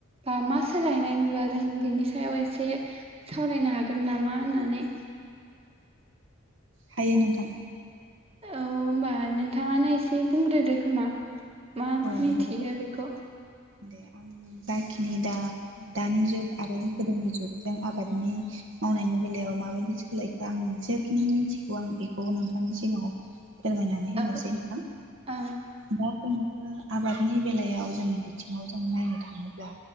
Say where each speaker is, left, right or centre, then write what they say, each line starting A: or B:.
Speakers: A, on the right; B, on the right.
A: बा मा सोलायनाय नुजादों बिनि सायाव एसे सावरायनो हागोन नामा होननानै
B: हायो नोंथां
A: औ होमबा नोंथांङानो एसे बुंग्रोदो खोमा मा
B: औ
A: मिनथियो
B: दे
A: बेखौ
B: दे आं जाखिनि दा दानि जुग आरो गोदोनि जुगजों आबादनि मावनायनि बेलायाव माबायदि सोलायखो आं एसे खिनि मिथिगौ आं बेखौ नोंथां नोंथांनि सिगांङाव फोरमायनानै होनोसै
A: औ
B: नोंथां
A: औ
B: दा जोंङो आबादनि बेलायाव जोंनि बिथिंङाव जों नायनो थांङोब्ला